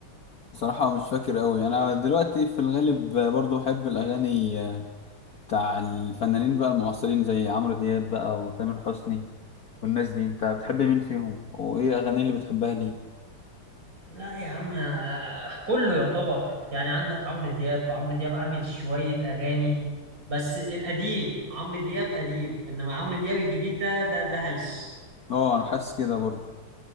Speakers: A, on the left; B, on the right.
A: بصراحة مش فاكر قوي انا دلوقتي في الغالب برضو بحب الاغاني بتاع الفنانين بقى المعاصرين زي عمرو دياب بقى وتامر حسني والناس دي انت بتحب مين فيهم وايه اغاني اللي بتحبها ليه؟
B: لا يا عم آه، كله يعتبر يعني عندك عمرو دياب عمرو دياب عامل شوية أغاني بس القديم عمرو دياب قديم إنما عمرو دياب الجديد ده ده ده هلس
A: اه انا حاسس كده برضو